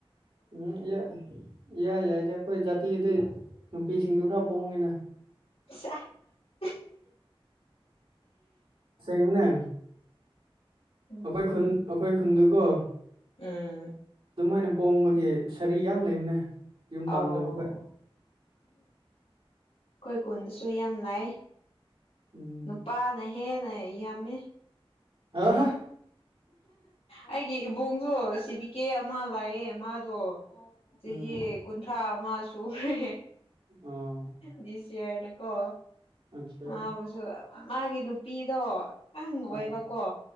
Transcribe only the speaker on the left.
<inaudible>
ꯎꯝ
ꯎꯝ
ꯑꯣ
ꯑꯩꯈꯣꯏ ꯈꯨꯟꯗꯁꯨ ꯌꯥꯝ ꯂꯩ
ꯅꯨꯄꯥꯅ ꯍꯦꯟꯅ ꯌꯥꯝꯃꯦ
ꯑꯩꯒꯤ ꯏꯕꯨꯡꯁꯨ ꯁꯤꯕꯤ ꯀꯦ ꯃꯥ ꯂꯥꯛꯑꯦ ꯃꯥꯗꯣ ꯆꯍꯤ
ꯀꯨꯟꯊ꯭ꯔꯥ ꯑꯃ ꯁꯨꯔꯦ
ꯗꯤꯁꯌꯔꯅꯀꯣ
ꯃꯥꯕꯨꯁꯨ ꯃꯥꯒꯤ ꯅꯨꯨ ꯅꯨꯄꯤꯗꯣ ꯑꯪ ꯑꯣꯏꯕꯀꯣ